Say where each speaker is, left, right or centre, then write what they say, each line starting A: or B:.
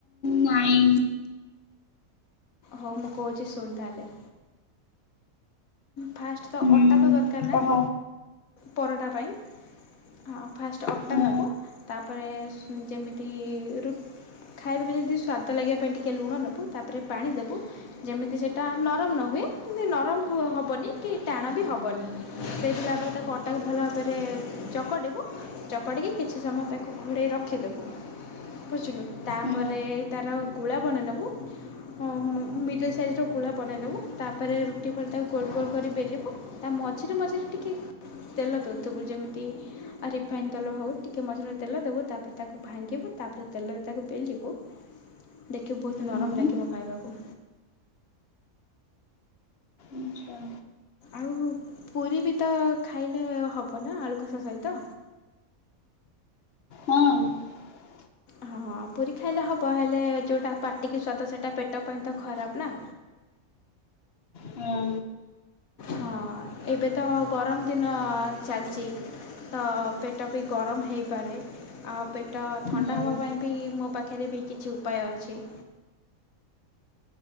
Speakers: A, on the left; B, on the left.
A: ନାଇଁ
B: ହଉ ମୁଁ କହୁଛି ଶୁଣ୍ ତାହେଲେ। ଫାଷ୍ଟ ତ
A: ହୁଁ
B: ଅଟା ତ ଦରକାର ନା
A: କହ
B: ପରଟା ପାଇଁ। ହଁ ଫାଷ୍ଟ ଅଟା
A: ହଁ
B: ନେବୁ ତାପରେ ଯେମିତି ରୁଟି ଖାଇବା ପାଇଁ ଯେମିତି ସ୍ଵାଦ ଲାଗିବା ପାଇଁ ଟିକେ ଲୁଣ ନେବୁ ତାପରେ ପାଣି ଦେବୁ ଯେମିତି ସେଟା ନରମ ନ ହୁଏ ଏମିତି ନରମ ହେବନି କି ଟାଣ ବି ହେବନି ସେଭଳି ଭାବରେ ତାକୁ ଅଟାକୁ ଭଲ ଭାବରେ ଚକଟିବୁ। ଚକଟିକି କିଛି ସମୟ ତାକୁ ଘୋଡ଼େଇ ରଖିଦେବୁ। ବୁଝିଲୁ ତାପରେ
A: ହଁ
B: ତାର ଗୁଳା ବନେଇ ନବୁ। ହଁ ମିଡିଲ ସାଇଜ ର ଗୁଳା ବନେଇ ନବୁ ତାପରେ ତାକୁ ଗୋଲ ଗୋଲ କରି ବେଲିବୁ ତା ମଝିରେ ମଝିରେ ଟିକେ ତେଲ ଦଉଥିବୁ ଯେମିତି ରିଫାଇନ ତେଲ ହଉ ଟିକେ ମଝିରେ ମଝିରେ ତେଲ ଦେବୁ ତା ତାକୁ ଭାଙ୍ଗିବୁ ତାପରେ ତେଲରେ ତାକୁ ବେଲିବୁ ଦେଖିବୁ ବହୁତ
A: ହଁ
B: ନରମ ଲାଗିବ ଖାଇବାକୁ।
A: ଆଛା।
B: ଆଉ ପୁରୀ ବି ତ ଖାଇଲେ ହବ ନା ଆଳୁକଷା ସହିତ।
A: ହଁ।
B: ହଁ ପୁରୀ ଖାଇଲେ ହବ ହେଲେ ଯୋଉଟା ପାଟିକି ସ୍ଵାଦ ସେଇଟା ପେଟ ପାଇଁ ତ ଖରାପ ନା।
A: ହଁ।
B: ହଁ ଏବେ ତ ଗରମ ଦିନ ଚାଲିଛି। ତ ପେଟ ବି ଗରମ ହେଇପାରେ। ଆଉ ପେଟ ଥଣ୍ଡା
A: ହୁଁ
B: ହେବା ପାଇଁ ବି ମୋ ପାଖରେ ବି କିଛି ଉପାୟ ଅଛି।